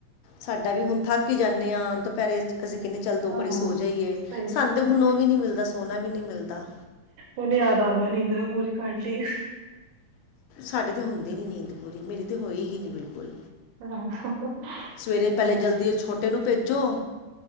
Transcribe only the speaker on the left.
ਸਾਡਾ ਵੀ ਹੁਣ ਥੱਕ ਹੀ ਜਾਂਨੇ ਹਾਂ ਦੁਪਹਿਰੇ ਅਸੀਂ ਕਹਿੰਦੇ ਚੱਲ ਦੋ
ਕੜੀ ਸੋ ਜਾਈਏ,
ਸਾਨੂੰ
ਤਾਂ ਹੁਣ ਉਹ ਵੀ ਨਹੀਂ ਮਿਲਦਾ ਸੋਹਣਾ ਵੀ ਨਹੀਂ ਮਿਲਦਾ।
ਸਾਡੇ ਤਾਂ ਹੁੰਦੀ ਨੀਂਦ ਪੂਰੀ, ਮੇਰੀ ਤੇ ਹੋਈ ਗੀ ਨਹੀਂ ਬਿਲਕੁਲ।
ਸਵੇਰੇ ਪਹਿਲੇ
ਜਲਦੀ ਉਹ ਛੋਟੇ ਨੂੰ ਭੇਜੋ